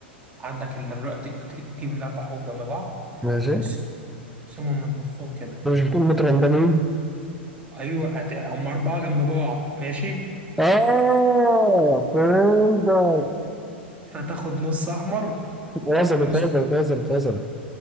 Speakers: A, on the right; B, in the centre.
A: عندك ال- دلوقتي هتجيب الأربع حبوب جنب بعض
B: ماشي
A: تقسم-
B: انت
A: تقسمهم من نصهم كده
B: مش بتقول مترندمين
A: أيوه هت... هم أربعة جنب بعض ماشي
B: اه فهمتك
A: فتاخد نص أحمر و-
B: وصلت
A: نص
B: وصلت وصلت وصلت